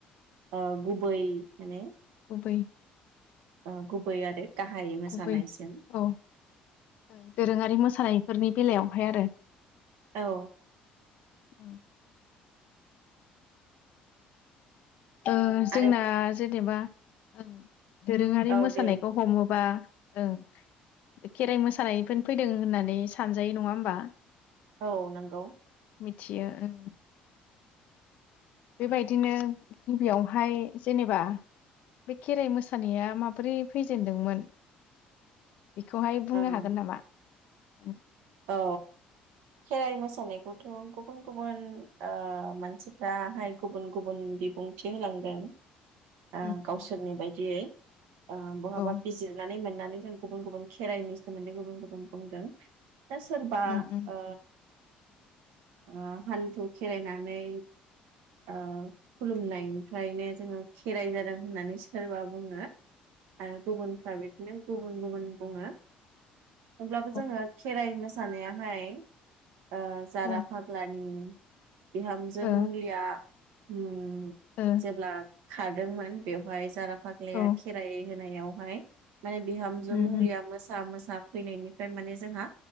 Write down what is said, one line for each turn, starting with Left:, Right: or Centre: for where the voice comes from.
Right: ओ गुबै माने
Left: गुबै
Right: ओ गुबै आरो गाहाय मोसानायसिम
Left: गुबै औ ओ दोरोङारि मोसानायफोरनि बेलायाव महाय आरो।
Right: औ
Left: उम‌ ओ जोंना
Right: आरो
Left: जे नेबा ओं दोरोङारि
Right: औ
Left: मोसानायखौ
Right: दे
Left: हमोबा ओं खेराइ मोसानायनिफ्रायनो फैदों होननानै सानजायो नङा होमबा।
Right: औ नोंगौ।
Left: मिथियो ओं बेबायदिनो। गिबियावहाय जेनेबा बे खेराइ मोसानाया माबोरै फैजेनदोंमोन बेखौहाय बुंनो
Right: ओं
Left: हागोन नामा? ओं
Right: औ खेराइ मोसानायखौथ गुबुन गुबुन ओ मानसिफ्राहाय गुबुन गुबुन बिबुंथि होलांदों । ओ
Left: उम
Right: गावसोरनि बायदियै ओ बहाबा
Left: औ
Right: बिजिरनानै मोननानै जों गुबुन गुबुन खेराइनि सोमोन्दै गुबुन गुबुन बुंदों दा सोरबा
Left: उम उम
Right: ओ ओ हान्थु खेरायनानै ओ खुलुमनायनिफ्रायनो जोङो खेराइ जादों होननानै सोरबा बुङो। आरो गुबुनफ्रा बिदिनो गुब गुबुन गुबुन बुङो होमब्लाबो
Left: ओ
Right: जोङो <unintelligible> मोसानायाहाय ओ जारा
Left: ओ
Right: फाग्लानि बिहामजो
Left: औ
Right: मुग्लिया उम उम
Left: ओ
Right: जेब्ला खारदोंमोन बेवहाय जारा फाग्लाया
Left: औ
Right: खेराय होनायावहाय माने बिहामजो
Left: उम
Right: मुंग्लिया
Left: उम
Right: मोसा मोसाब फैनायनिफाय माने जोंहा